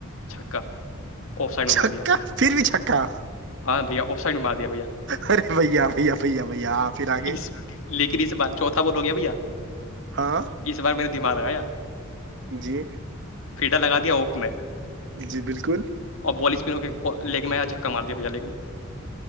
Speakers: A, on the left (about 70°); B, on the right (about 60°).
A: چھکا آف سائڈ میں
B: چکا
A: مار دیا
B: پھر بھی چھکا
A: ہاں بھیا آف سائڈ میں مار دیا بھیا
B: ارے بھیا بھیا بھیا بھیا ہ پھر آگے
A: اس لیکن اس بات چوتھا بول ہو گیا بھیا
B: ہاں
A: اس بار میرے دماغ آیا
B: جی
A: لگا دیا آف میں
B: جی بالکل
A: اور بال اسپن کے لیگ میں یا چھکا مار دیا بھیا لیگ میں